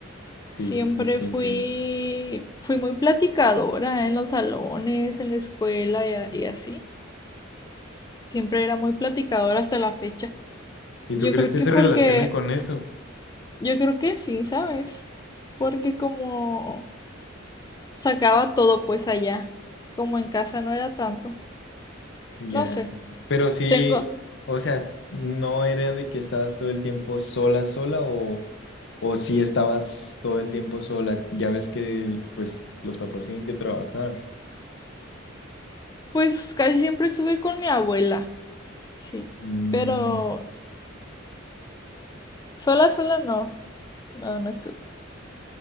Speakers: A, on the left; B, on the left.
A: sí,
B: Siempre
A: sí, sí, sí,
B: fui,
A: entiendo.
B: fui muy platicadora en los salones, en la escuela y, a- y así. Siempre era muy platicadora hasta la fecha.
A: ¿Y
B: Yo
A: tú crees
B: creo
A: que
B: que
A: se
B: porque,
A: relacione con eso?
B: yo creo que sí, ¿sabes? Porque como sacaba todo pues allá, como en casa no era tanto.
A: Ya,
B: No sé,
A: pero sí,
B: tengo.
A: o sea, no era de que estabas todo el tiempo sola, sola o, o sí estabas todo el tiempo sola. Ya ves que pues los papás tienen que trabajar.
B: Pues casi siempre estuve con mi abuela, sí,
A: Mm,
B: pero sola, sola no, no, no estuve.